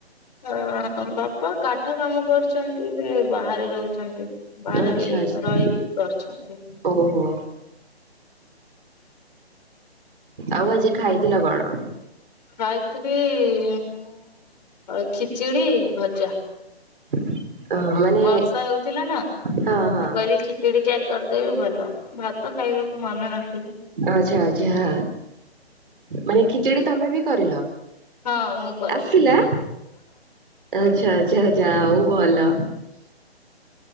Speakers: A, on the left; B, on the right.
A: <unintelligible> କଣ କାଠ କାମ କରୁଛନ୍ତି ସେ ବାହାରେ ରହୁଛନ୍ତି। ବାହାରେ
B: ଆଚ୍ଛା
A: ରେହି
B: ଆଚ୍ଛା
A: ରହିକି କରୁଛନ୍ତ।
B: ଓହୋ ହୋ। ଆଉ ଆଜି ଖାଇଥିଲ କଣ?
A: ଖାଇଥିଲି। ଆଉ ଖିଚୁଡି ଭଜା
B: <inaudible> ମାନେ
A: ବର୍ଷା ହଉଥିଲା ନା
B: ହଁ ହଁ
A: ମୁଁ କହିଲି ଖିଚିଡି ତିଆରି କରିଦେବି ଭଲ। ଭାତ ଖାଇବାକୁ ମନେ ନଥିଲା
B: ଆଛା ଆଛା ମନେ ଖିଚିଡି ତମେ ବି କରିଲ?
A: ହଁ ମୁଁ କଲି।
B: ଆସିଲା ଆଚ୍ଛା ଆଚ୍ଛା ଆଛା ଆଉ ଭଲ।